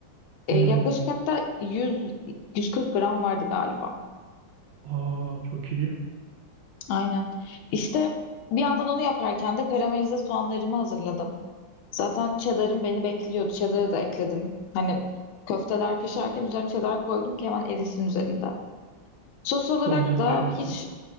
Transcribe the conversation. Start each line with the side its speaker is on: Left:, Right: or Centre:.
Left: E,
Right: Hmm.
Left: yaklaşık hatta 100 140 gram vardı galiba.
Right: Aa, çok iyi.
Left: Aynen. İşte bir yandan onu yaparken de karamelize soğanlarımı hazırladım. Zaten cheddar'ım beni bekliyordu. Cheddar'ı da ekledim. Hani köfteler pişerken üzerine cheddar koydum ki hemen erisin üzerinde. Sos olarak
Right: Çok güzel
Left: da
Right: düşünmüşsün.
Left: hiç